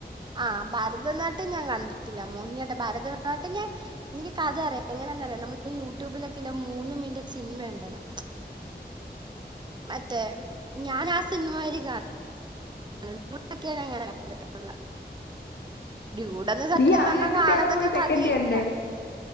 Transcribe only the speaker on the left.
നീ അത്
കണ്ടിട്ടാണോ
പോയി സെക്കൻഡ്
കണ്ടേ